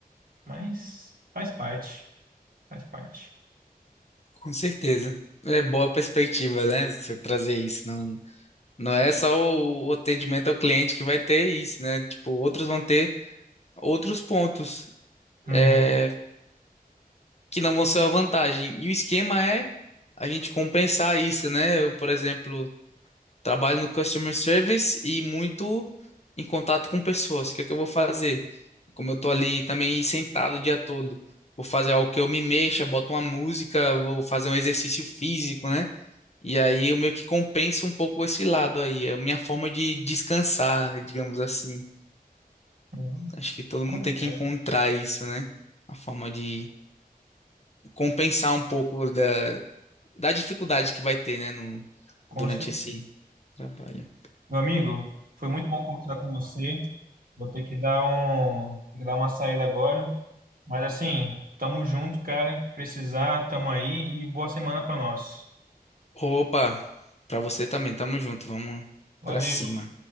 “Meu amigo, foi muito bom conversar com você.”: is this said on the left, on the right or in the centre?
Right